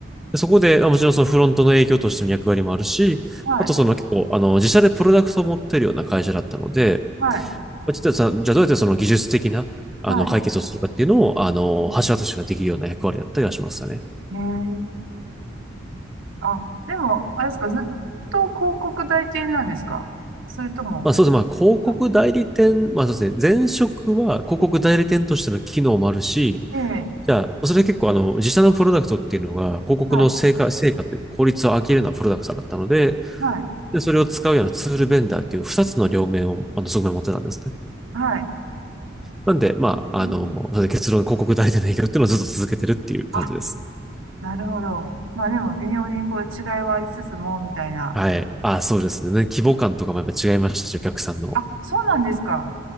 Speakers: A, in the centre; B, on the right.
A: でそこで、まあもちろんそのフロントの営業としての役割もあるし、
B: はい。
A: あとその結構、あの、自社でプロダクトを持ってるような会社だったので、
B: はい。
A: まあちょっとさ、じゃあどうやってその技術的な、あの、
B: は
A: 解決をするかっていうのを、あの、
B: い。うん
A: 橋渡しができるような役割だったりはしましたね。
B: うんええ、あ、でも、あれですか、ずっと広告代理店なんですかそれとも、
A: まあそうですね。まあ広告代理店、
B: は
A: まあそうですね。前職は広告代理店としての機能もあるし、
B: いええ、
A: じゃあ、それ結構あの、自社のプロダクトっていうのが広告の成果、
B: はい。
A: 成果というか効率を上げるようなプロダクトだったので、
B: はい。
A: で、それを使うようなツールベンダーっていう二つの両面を、あの、側面を持ってたんですね。
B: はい。
A: なんで、まあ、
B: うん
A: あの、それで結論広告代理店の営業っていうのをずっと続けてるっていう感じです。
B: あ、なるほど。まあでも、微妙にこう違いはありつつも、みたいな。
A: はい。あ、そうですね。規模感とかもやっぱ違いましたし、お客さんの。
B: あ、そうなんですか。